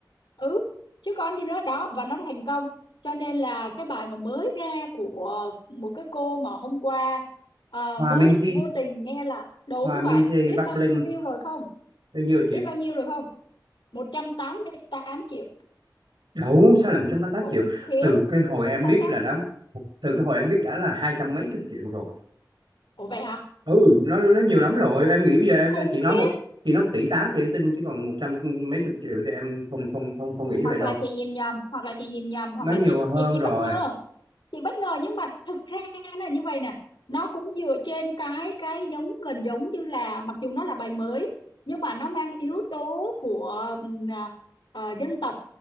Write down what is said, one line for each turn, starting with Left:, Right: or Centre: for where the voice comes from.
Left: ừ chứ còn gì nữa đó và nó thành công cho nên là cái bài mà mới ra của một cái cô mà hôm qua ờ,
Right: Hòa
Left: mới
Right: Minzy
Left: vô tình nghe là đúng
Right: Hòa Minzy
Left: vậy biết
Right: Bắc
Left: bao
Right: Linh
Left: nhiêu view rồi không
Right: bao nhiêu
Left: biết
Right: chị
Left: bao nhiêu rồi không một trăm tám mươi tám triệu
Right: đủ sao lại một trăm tám mươi tám
Left: khủng
Right: triệu
Left: khiếp
Right: từ cái hồi em
Left: 188
Right: biết là đã từ cái hồi em biết đã là hai trăm mấy chục triệu rồi
Left: ủa vậy hả
Right: ừ nó nó nhiều lắm rồi em nghĩ bây giờ em
Left: khủng
Right: chị nói
Left: khiếp
Right: một chị nói một tỷ tám thì em tin chứ còn một trăm mấy chục triệu thì em không không không không nghĩ
Left: hoặc
Right: vậy đâu
Left: là chị nhìn nhầm hoặc là chị nhìn nhầm hoặc
Right: nó
Left: là
Right: nhiều
Left: chị
Right: hơn
Left: chị chị
Right: rồi
Left: bất ngờ chị bất ngờ nhưng mà thực ra là như vậy nè nó cũng dựa trên cái cái giống gần giống như là mặc dù nó là bài mới nhưng mà nó mang yếu tố của ừm, à, à, dân tộc